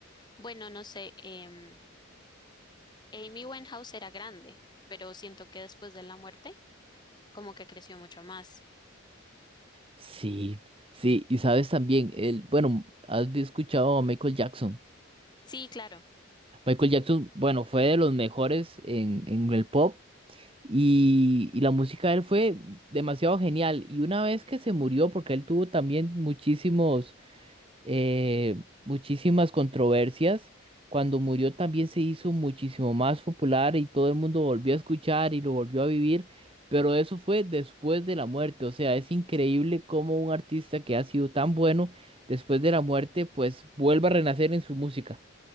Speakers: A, on the left; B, on the right.
A: bueno, no sé, em, Amy Winehouse era grande, pero siento que después de la muerte, como que creció mucho más.
B: Sí, sí, y sabes también, el, bueno, has escuchado a Michael Jackson.
A: Sí, claro,
B: Michael Jackson, bueno, fue de los mejores en, en el pop y, y la música de él fue demasiado genial. Y una vez que se murió, porque él tuvo también muchísimos eh, muchísimas controversias. Cuando murió también se hizo muchísimo más popular y todo el mundo volvió a escuchar y lo volvió a vivir, pero eso fue después de la muerte. O sea, es increíble cómo un artista que ha sido tan bueno después de la muerte, pues vuelva a renacer en su música.